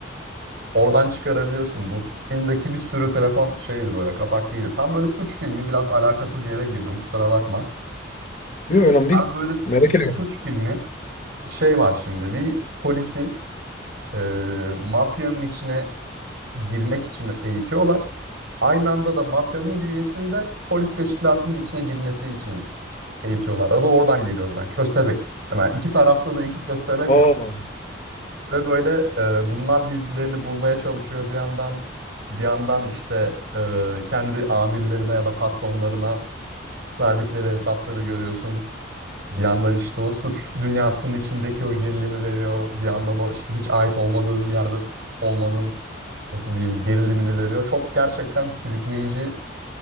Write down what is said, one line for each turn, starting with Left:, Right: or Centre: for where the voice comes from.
Right: Oradan çıkarabiliyorsun. Bu filmdeki bir sürü telefon şeydi böyle kapaklıydı. Tam böyle suç filmi biraz alakasız yere girdim kusura bakma.
Left: Yok önemli değil.
Right: Abi böyle
Left: Merak ediyorum.
Right: suç filmi şey var şimdi bir polisi e, mafyanın içine girmek için eğitiyorlar. Aynı anda da mafyanın bir üyesini de polis teşkilatının içine girmesi için eğitiyorlar. Adı oradan geliyor zaten. Köstebek. Hemen iki tarafta da iki köstebek
Left: Aa,
Right: var ve böyle e, bunlar birbirlerini bulmaya çalışıyor bir yandan. Bir yandan işte e, kendi amirlerine ya da patronlarına verdikleri hesapları görüyorsun. Bir yandan işte o suç dünyasının içindeki o gerilimi veriyor. Bir yandan o işte hiç ait olmadığın bir yerde olmanın nasıl diyeyim gerilimini veriyor. Çok gerçekten sürükleyici,